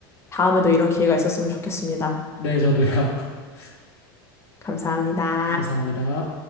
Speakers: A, on the left; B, on the left.
A: 다음에도 이런 기회가 있었으면 좋겠습니다.
B: 네, 저도요. <laughs>
A: 감사합니다.
B: 감사합니다.